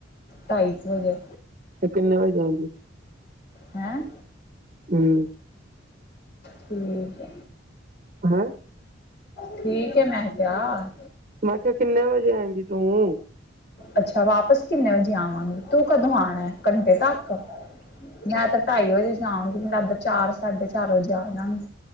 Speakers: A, on the left; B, on the right.
A: ਢਾਈ ਕੁ ਵਜੇ।
B: ਤੇ ਕਿੰਨੇ ਵਜੇ ਜਾਏਗੀ।
A: ਹੈਂ?
B: ਹਮ
A: ਠੀਕ
B: ਹੈ
A: ਠੀਕ ਹੈ ਮੈਂ ਕਿਹਾ।
B: ਮੈਂ ਕਿਹਾ ਕਿੰਨੇ ਵਜੇ ਆਏਂਗੀ ਤੂੰ
A: ਅੱਛਾ ਵਾਪਸ ਕਿੰਨੇ ਵਜੇ ਆਵਾਂਗੀ, ਤੂੰ ਕਦੋਂ ਆਉਣਾ ਘੰਟੇ ਤੱਕ? ਯਾ ਤਾਂ ਢਾਈ ਵਜੇ <unintelligible> ਚਾਰ ਸਾਢੇ ਚਾਰ ਵਜੇ ਆਣਾ